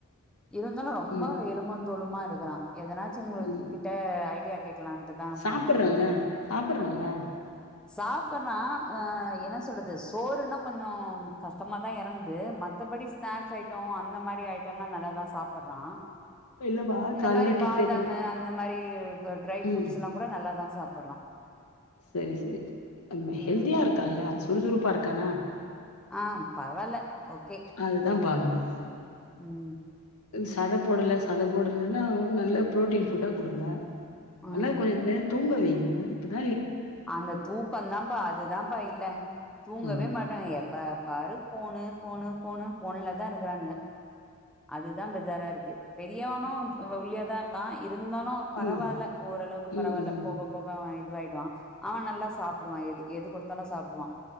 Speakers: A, in the centre; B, on the left (about 80°).
A: இருந்தாலு ரொம்ப
B: ம்
A: எலும்புந் தோலுமா இருக்கறான் எதனாச்சு உங்க
B: ம்
A: கிட்ட ஐடியா கேக்கலான்ட்டுதா
B: சாப்புட்றான்ல
A: பண்ண
B: சாப்புட்றான்ல
A: சாப்பறான் அ என்ன சொல்றது சோறுன்னா கொஞ்சோ கஷ்டமாதா எறங்குது மத்தபடி ஸ்நாக்ஸ் ஐட்டோ அந்த மாரி ஐட்டோல்லா நல்லாதா சாப்புட்றா
B: இல்லப்பா
A: இந்த
B: கால்ல
A: மாரி
B: டிஃபனு
A: பாதமு அந்த மாரி ட்ரை ஃப்ரூட்ஸ்
B: ம்
A: எல்லாங் கூட நல்லாதா சாப்
B: சரி சரி அது ம
A: ம்
B: ஹெல்தியா இருக்கான்ல சுறுசுறுப்பா இருக்கானா
A: ஆ பரவால்ல ஓக்
B: அதுதா பாக்கணு
A: ம்
B: சத போடல சத போடலன்னா நல்ல ப்ரோட்டீன் ஃபுட்டா குடுங்க
A: ம்
B: நல்லா கொஞ்ச நேரந் தூங்க வைங்க இப்பதா
A: அந்த தூக்கந் தாம்ப்பா அதுதாம்ப்பா இல்ல தூங்கவே
B: ம்
A: மாட்டாங்க எப்ப பாரு ஃபோனுு ஃபோனுு ஃபோனுு ஃபோன்லதா இருக்குறாங்க அதுதா பெஜாரா இருக்கு பெரியவனு ஒல்லியாதா இருக்கா இருந்தாலு பரவால்ல
B: ம்
A: ஓரளவுக்கு பரவால்ல
B: ம் ம்
A: போக போக அவ இதுவாய்டுவா அவ நல்லா சாப்புடுவா எது எது குடுத்தாலு சாப்டுவா